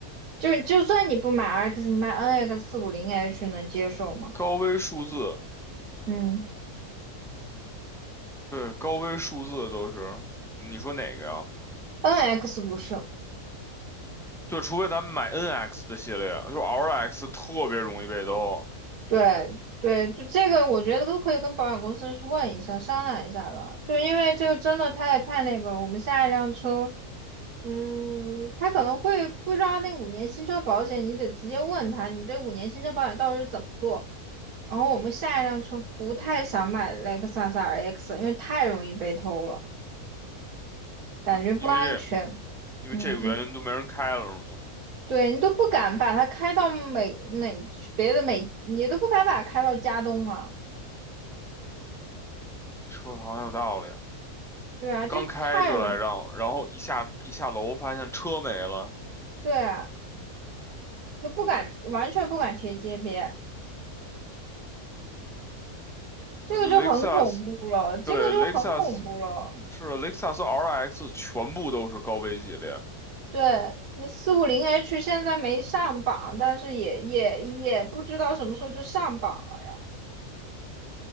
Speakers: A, on the right; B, in the centre.
A: 就是就算你不买 RX，你买 NX 四五零 H 能接受吗？
B: 高危数字，
A: 嗯
B: 对，高危数字都是。你说哪个呀？
A: ，NX 不是。
B: 对，除非咱们买 NX 的系列，就是 RX 特别容易被兜，
A: 对对，就这个，我觉得都可以跟保险公司去问一下、商量一下的。就是因为这个真的太太那个了，我们下一辆车，嗯，他可能会不知道那五年新车保险，你得直接问他，你这五年新车保险到底是怎么做。然后我们下一辆车不太想买雷克萨斯 RX，因为太容易被偷了，感觉不安全。
B: 就因为这因为这个原因都没人开了是吗？
A: 嗯嗯，对你都不敢把它开到美美别的美，你都不敢把它开到加东啊。
B: 说的好像有道理。
A: 对啊，这太容易
B: 刚开就来让，然后一下一下楼发现车没了。
A: 对啊，都不敢，完全不敢贴街边，这个就很恐怖了，
B: 呃雷克萨斯
A: 这个就很恐怖了。
B: 对雷克萨斯是雷克萨斯 RX 全部都是高危系列，
A: 对，你四五零 H 现在没上榜，但是也也也不知道什么时候就上榜了呀。